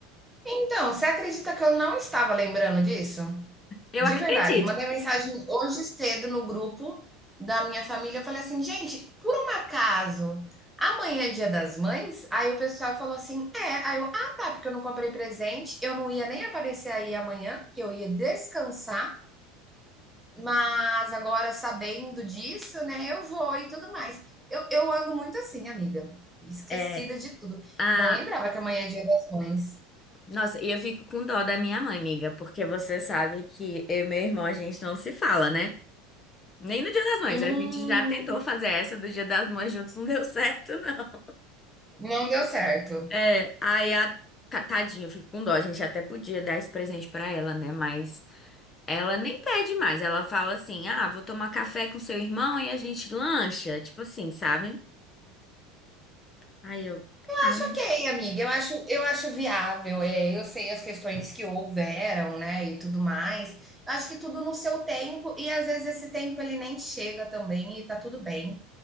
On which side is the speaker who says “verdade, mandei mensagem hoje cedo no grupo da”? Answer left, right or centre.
Centre